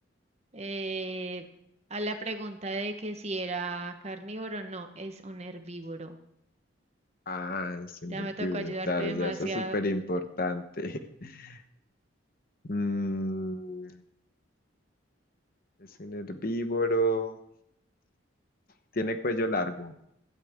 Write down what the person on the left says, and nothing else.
Ah, es un
herbívoro,
claro,
ya eso es súper importante. <laughs> Mm, es un herbívoro. Tiene cuello largo.